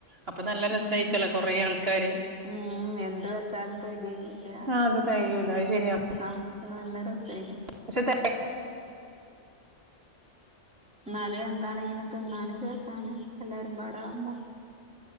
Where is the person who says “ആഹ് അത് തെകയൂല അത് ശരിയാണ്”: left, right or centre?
Right